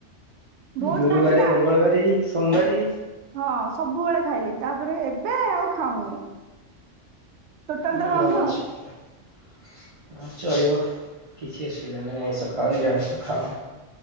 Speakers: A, on the right; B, on the right.
A: ବହୁତ
B: ଗୁରୁବାର
A: ଖାଇଛି ନା
B: ମଙ୍ଗଳବାରି ସୋମବାରି।
A: ହଁ ସବୁବେଳେ ଖାଇଲି ତାପରେ ଏବେ ଆଉ ଖାଉନି। ଟୋଟାଲ
B: ହଁ
A: ତ ଖାଉନି
B: ମନଇଛା।
A: ଆଉ।
B: ହଁ ଚଳିବ କିଛି ଅସୁବିଧା ନାହିଁ ଆଇଁଷ ଖାଅ ନିରଷ ଖାଅ।